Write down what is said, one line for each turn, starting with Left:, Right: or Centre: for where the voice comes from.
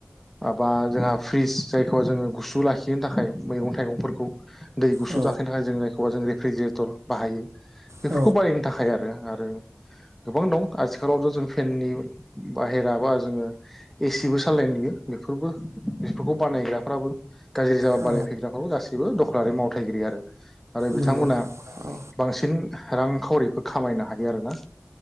Centre: आब बा जोंहा फ्रिस जायखौ जोङो गुसु लाखिनो थाखाय मैगं थाइगंफोरखौ दै गुसु
Right: औ
Centre: लाखिनो थाखाय जों जायखौ जों रेफ्रिजिरेटर बाहायो। बेफोरखौ
Right: औ
Centre: बायनो थाखाय आरो आरो गोबां दं आथिखालावथ' जों फेननि बाहेरा बा जोङो एसिबो सालायनाय नुयो बेफोरबो बेफोरखौ बानायग्राफ्राबो गाज्रि जाबा
Right: औ
Centre: बानायफैग्रा औ‌ गासिबो दखलारि मावथायगिरि आरो आरो बिथांमोना
Right: नंगौ औ
Centre: बांसिन रांखावरिफोर खामायनो हायो आरोना